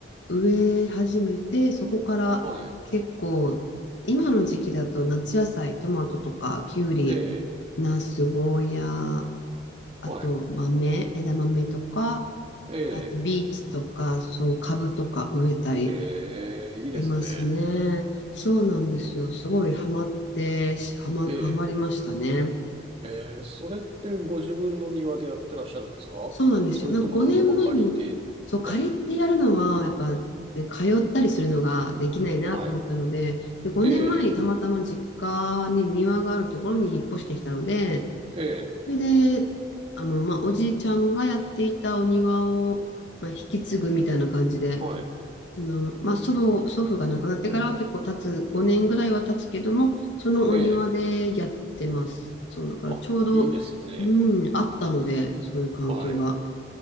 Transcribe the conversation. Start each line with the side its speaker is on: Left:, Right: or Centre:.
Left: 植え始めて、そこから結構、
Right: はい。
Left: 今の時期だと夏野菜、トマトとか、きゅうり、
Right: ええ、
Left: ナス、ゴーヤー、あと豆、
Right: はい。
Left: 枝豆とか、
Right: ええ、
Left: あとビーツとか、そう、株とか植えたり
Right: ええ、
Left: してますね。
Right: いいですね。
Left: そうなんですよ。すごいハマって、ハマ、
Right: ええ、
Left: ハマりましたね。
Right: ええ、それってご自分の庭でやってらっしゃるんですかそそれともなんかどこか借りて。
Left: そうなんですよ。なんか5年前に、そう、借りてやるのは、
Right: はい、
Left: やっぱ、ね、通ったりするのができないなと思ったので、
Right: はい。
Left: で、5年前にたまたま実家に庭があるところに引っ越してきたので、
Right: ええ、ええ、
Left: それで、あの、まあ、おじいちゃんがやっていたお庭を、まあ、引き継ぐみたいな感じで、
Right: はい。
Left: あの、まあ、祖母、祖父が亡くなってからは結構経つ、5年ぐらいは経つけども、そのお庭でやってます。
Right: ええ
Left: そう、だからちょうど、
Right: あ、いいですね。
Left: うん、あったので、そういう環境が。
Right: はい。